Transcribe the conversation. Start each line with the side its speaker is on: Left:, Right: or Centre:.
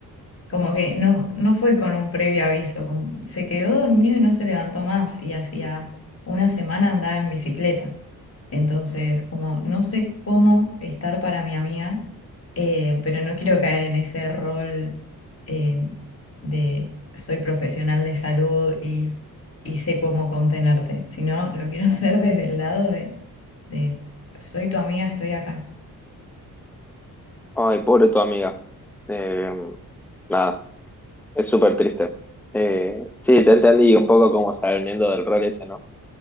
Left: como que no, no fue con un previo aviso, como- se quedó dormido y no se levantó más y hacía una semana andaba en bicicleta. Entonces, como no sé cómo estar para mi amiga, eh, pero no quiero caer en ese rol eh, de soy profesional de salud y, y sé cómo contenerte, sino lo quiero <laughs> hacer desde el lado de, de soy tu amiga, estoy acá.
Centre: Ay, pobre tu amiga. Eh, nada, es súper triste. Eh, sí, te entendí un poco como saliendo del rol ese, ¿no?